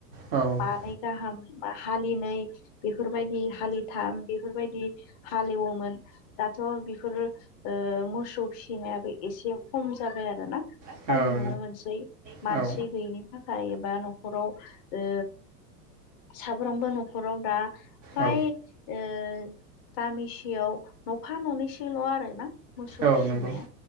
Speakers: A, on the right (about 20°); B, on the left (about 35°).
A: हालेवनाय हालौवोमोन
B: मानै गाहाम हालिनै बिफोर बायदि हालिथाम बेफोरबायदि हालेवोमोन दाथ' बेफोर ओ मसौ मोसौ फिसिनायाबो एसे खम जाबाय आरो ना
A: औ
B: खम नुनो मोनसै मानसि
A: औ
B: गैयिनि थाखाय एबा न'खराव ओ साफ्रोमबो न'खराव दा फ्राय
A: औ
B: ओ गामि याव न'फा न'नैसल' आरो ना मोसौ
A: औ
B: फिसिनाया
A: नंगौ